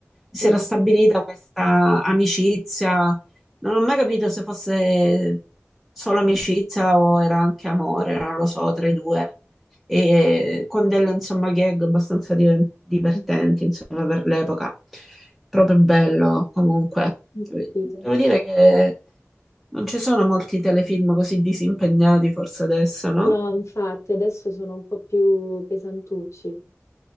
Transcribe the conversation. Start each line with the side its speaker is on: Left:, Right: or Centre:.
Centre: Si
Left: mm,
Centre: era stabilita questa amicizia, non ho mai capito se fosse solo amicizia o era anche amore, non lo so, tra i due e con delle insomma gag abbastanza di- divertenti
Left: mm.
Centre: insomma per l'epoca. Proprio bello comunque.
Left: Ho
Centre: Devo
Left: capito.
Centre: dire che non ci sono molti telefilm così disimpegnati forse adesso, no?
Left: No, infatti adesso sono un po' più pesantucci.